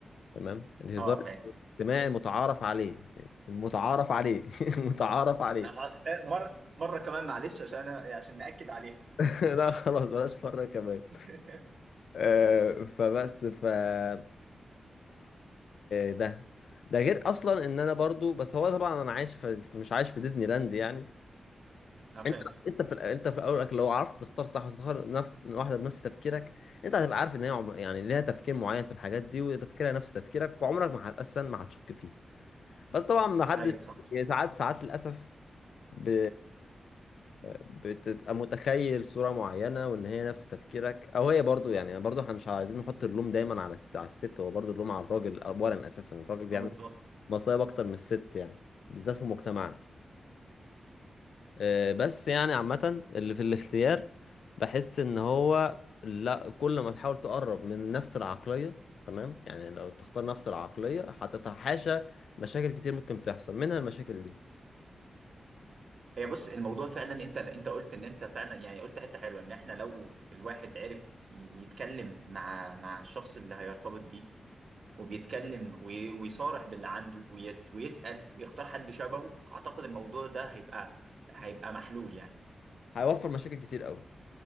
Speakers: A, on the left; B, on the right.
A: تمام الهزار
B: اه فاهم
A: الاجتماعي المتعارف عليه المتعارف عليه <laughs> المتعارف عليه
B: آه، مره مره كمان معلش عشان انا عشان ناكد عليها
A: <laughs> لا خلاص بلاش مرة كمان
B: <laughs>
A: آه، فبس فطبعا ده ده غير اصلا ان انا برضو بس هو طبعا انا عايش في في- مش عايش في ديزني لاند يعني
B: اه فاهم
A: انت انت في الأ- انت في الاول والآخر لو عرفت تختار صح وتختار نفس واحده بنفس تفكيرك انت هتبقى عارف ان هي عم... يعني ليها تفكير معين في الحاجات دي وتفكيرها نفس تفكيرك وعمرك ما هتأسن ما هتشك فيها بس طبعا ما حد
B: ايوه صح
A: يعني ساعات ساعات للاسف ب... بتبقى متخيل صوره معينه وان هي نفس تفكيرك او هي برضو يعني برضو احنا مش عايزين نحط اللوم دايما على الس... على الست هو برضو اللوم على الراجل اولا اساسا الراجل بيعمل
B: آه، بالظبط
A: مصايب اكتر من الست يعني بالذات في مجتمعنا آه، بس يعني عامة اللي في الاختيار بحس ان هو لا كل ما تحاول تقرب من نفس العقلية تمام يعني لو تختار نفس العقلية هتتحاشى مشاكل كتير ممكن تحصل منها المشاكل دي
B: هي بص الموضوع فعلا انت انت قلت ان انت فعلا يعني قلت حته حلوه ان احنا لو الواحد عرف يتكلم مع مع الشخص اللي هيرتبط بيه وبيتكلم وي- ويصارح باللي عنده ويت- ويسأل ويختار حد شبهه اعتقد الموضوع ده هيبقى هيبقى محلول يعني
A: هيوفر مشاكل كتير قوي